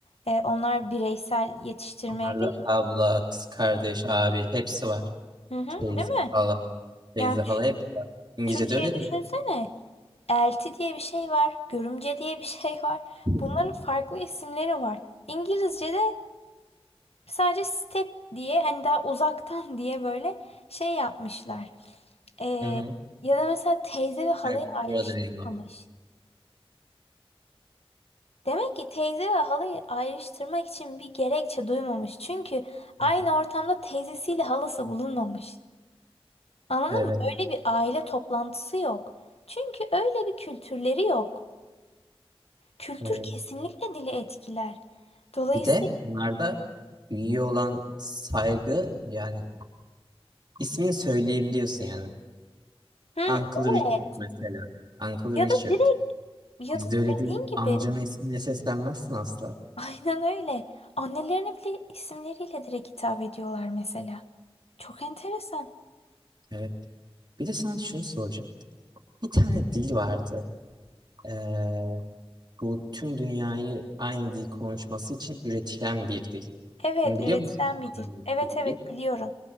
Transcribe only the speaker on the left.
Eee, onlar bireysel yetiştirmeye
değil.
Hı hı,
değil mi?
Yani
Türkçe'yi
düşünsene. Elti diye bir şey var, görümce diye bir şey var.
Bunların farklı isimleri var. İngilizce'de sadece step diye hani daha uzaktan diye böyle şey yapmışlar. Ee,
ya da mesela teyze ve halayı
ayrıştırmamış.
Demek ki teyze ve halayı ayrıştırmak için bir gerekçe duymamış. Çünkü aynı
ortamda teyzesiyle halası bulunmamış. Anladın
mı? Öyle bir aile toplantısı yok. Çünkü öyle bir kültürleri yok. Kültür
kesinlikle dili etkiler. Dolayısıyla
Hı, evet
ya
da direkt ya
da
dediğin
gibi
<laughs> aynen öyle. Annelerine bile isimleriyle direkt hitap ediyorlar mesela. Çok enteresan.
Evet
üretilen
bir dil. Evet
evet
biliyorum.